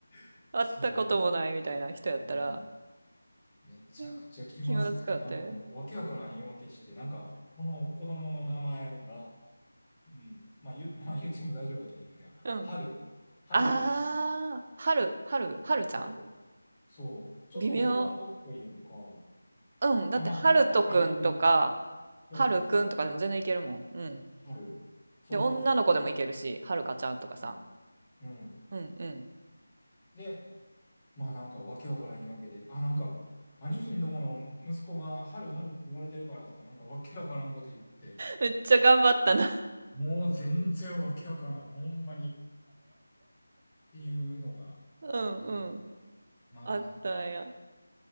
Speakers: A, on the left; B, on the right.
A: <laughs>
B: 会ったこともないみたいな人やったら、
A: そう、もう、めちゃくちゃ気まずくて、
B: うん気まずかったよ。
A: なんかもう、わけわからん言い訳して、なんか、この子供の名前が、うん、まあ言う、まあ言っても大丈夫やと思うんだけど、
B: うん。
A: 春、春なんやけど、
B: ああ、はる、はる、はるちゃん
A: そうそう。ちょっと男の子っぽいやんか。
B: 微妙。うん。だって、
A: あ、まあ男の子でもいける。
B: はるとくんとか、
A: そうそうそう。
B: はるくんとかでも全然いけるもん。うん。
A: 春。そうそうそう。
B: で、女の子でもいけるし、はるかちゃんとかさ。
A: うん。うん。
B: うんうん。
A: で、まあなんかわけわからん言い訳で。あ、なんか、兄貴んとこの息子が春春って言われてるからとか、なんかわけわからんこと言って。
B: めっちゃ頑張ったな。
A: もう全然わけわからん。ほんまに。っていうのが、
B: うんうん。
A: うん。まあ、
B: あったんや。